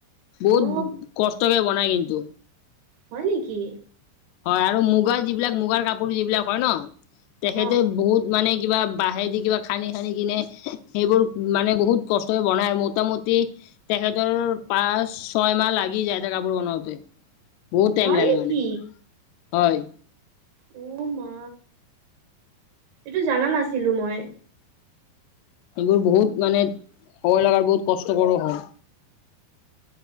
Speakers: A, on the left; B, on the right.
A: বহুত
B: অ
A: কষ্টকে বনায় কিন্তু।
B: হয় নেকি?
A: হয় আৰু মুগাৰ যিবিলাক মুগাৰ কাপোৰ যিবিলাক হয় ন তেখেতে
B: অ
A: বহুত। মানে কিবা বাঁহেদি কিবা খানি খানি কিনে সেইবোৰ মানে বহুত কষ্টৰে বনাই মোটামুটি- তেখেতৰ পাঁচ ছয় মাহ লাগি যায় এটা কাপোৰ বনোৱাতে বহুত টাইম
B: হয়
A: লাগে
B: নেকি
A: মানে হয়।
B: অ মা এইটো জানা নাছিলো মই।
A: এইবোৰ বহুত মানে হব লগা বহুত কষ্টকৰ হয়।